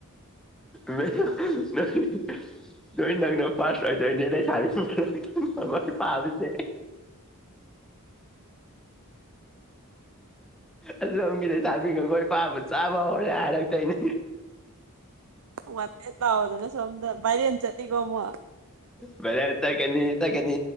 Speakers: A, in the centre; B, on the right.
A: ꯃ <inaudible> ꯅꯣꯏ ꯅꯪꯅꯣ ꯄꯥꯁ ꯑꯣꯏꯗꯣꯏꯅꯦ ꯅ ꯁꯥꯕꯤ ꯃꯣꯏ ꯄꯥꯕꯁꯦ <inaudible> ꯑꯁꯣꯝꯒꯤꯗꯩ ꯂꯩꯁꯥꯕꯤꯅ ꯈꯣꯢꯅ ꯐꯥꯕ ꯆꯥꯕ ꯍꯧꯔꯦ ꯍꯥꯏꯔꯛꯇꯣꯏꯅꯤ
B: ꯋꯥꯟꯇꯦꯠ ꯂꯥꯎꯗꯅ ꯁꯣꯝꯗ ꯚꯥꯏꯔꯦꯟ ꯆꯠꯅꯤꯀꯣ ꯑꯃꯨꯛ
A: ꯕꯥꯢꯔꯦꯟ ꯆꯠꯀꯅꯤ ꯆꯠꯀꯅꯤ